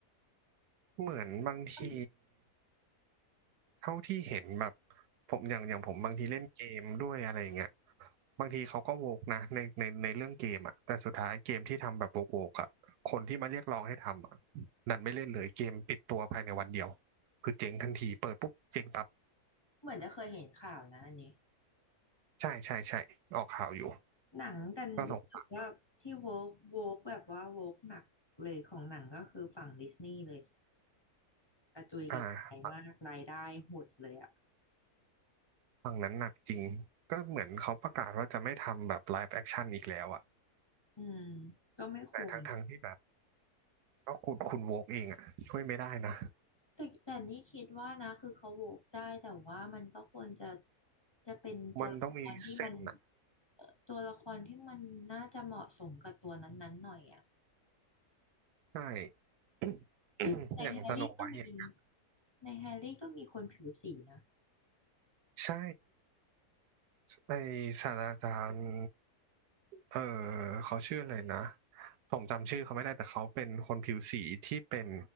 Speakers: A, on the right (about 85°); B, on the left (about 20°).
A: เหมือนบางที
B: อืม
A: เท่าที่เห็นแบบผมอย่างอย่างผมบางทีเล่นเกมด้วยอะไรอย่างเงี้ยบางทีเขาก็โวกนะในในในเรื่องเกมอ่ะแต่สุดท้ายเกมที่ทำแบบโวกโวกอ่ะคนที่มาเรียกร้องให้ทำอ่ะดันไม่เล่นเลยเกมปิดตัวภายในวันเดียวคือเจ๊งทันทีเปิดปุ๊บเจ๊งปั๊บ
B: เหมือนจะเคยเห็นข่าวนะอันนี้
A: ใช่ใช่ใช่ออกข่าวอยู่
B: หนังกันรู้สึกว่าที่โวกโวกแบบว่าโวกหนักเลยของหนังก็คือฝั่งดิสนีย์เลย
A: ก็สงสาร
B: กระจุยกระจายมากรายได้หดเลยอ่ะ
A: อ่าฝั่งฝั่งนั้นหนักจริงก็เหมือนเขาประกาศว่าจะไม่ทำแบบไลฟ์แอคชั่นอีกแล้วอ่ะ
B: อืมก็ไม่ควร
A: แต่ทั้งทั้งที่แบบก็คุณคุณโวกเองอ่ะช่วยไม่ได้นะ
B: แต่แต่นี่คิดว่านะคือเขาโหวกได้แต่ว่ามันก็ควรจะจะเป็นตัวละครที่มัน
A: มันต้องมีเส้น
B: เอ่อตัวละครที่มันน่าจะเหมาะสมกับตัวนั้นๆหน่อยอ่ะ
A: ใช่ <coughs>
B: ซึ่งในแฮร์รี่ก็มี
A: อย่างสโนไวท์อย่างเงี้ย
B: ในแฮร์รี่ก็มีคนผิวสีนะ
A: ใช่ไอศาสตราจารย์เออเขาชื่ออะไรนะ ผมจำชื่อเขาไม่ได้ แต่เขาเป็นคนผิวสีที่เป็น